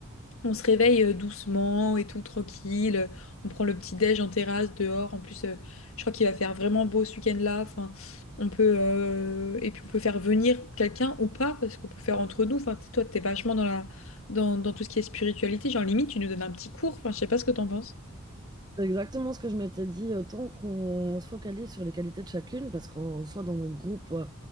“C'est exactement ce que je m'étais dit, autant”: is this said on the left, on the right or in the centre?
Right